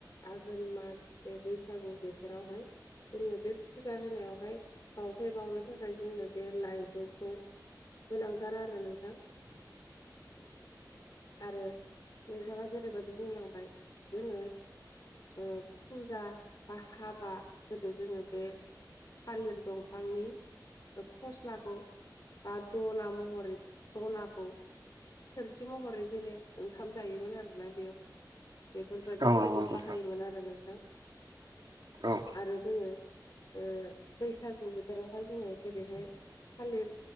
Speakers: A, on the left (about 55°); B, on the right (about 75°).
A: आघोन मास बे बैसागु बेफोरावहाय जोंनो बे फुजा होनायावहाय बावथाय बावनो थाखाय जोंनो बे लाइ जौखौ गोनांथारा आरो नोंथां आरो नोंथाङा जेरैबायदि बुंलांबाय जोङो ओ फुजा बा हाबा गोदो जोङो बे थालिर दंफांनि फस्लाखौ बा दना महरै दनाखौ थोरसि महरै जेने ओंखाम जायोमोन आरोना बेयाव बेफोरबायदिफोरावबो
B: औ नंगौ नोंथां
A: बाहायोमोन आरो नोंथां
B: औ
A: आरो जोङो ओ बैसागु बोथोरावहाय जोङो जेरैहाय थालिर